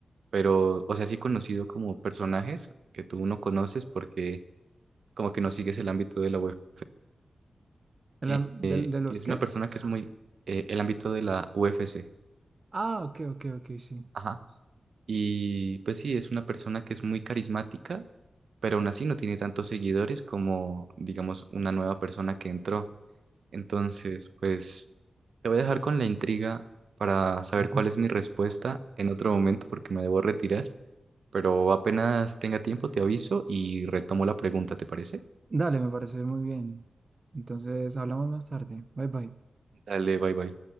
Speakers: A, on the right (about 75°); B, on the right (about 40°).
A: pero, o sea, sí conocido como personajes que tú no conoces porque como que no sigues el ámbito de la UFC.
B: ¿De,
A: Eh,
B: la- de- de los
A: y es
B: qué?
A: una persona que es muy, eh, el ámbito de la UFC.
B: Ah, ok, ok, ok, sí.
A: Ajá. Y pues sí, es una persona que es muy carismática, pero aún así no tiene tantos seguidores como, digamos, una nueva persona que entró. Entonces, pues te voy a dejar con la intriga para saber
B: <laughs>
A: cuál es mi respuesta en otro momento porque me debo retirar. Pero apenas tenga tiempo, te aviso y retomo la pregunta, ¿te parece?
B: Dale, me parece muy bien. Entonces, hablamos más tarde. Bye bye.
A: Dale, bye bye.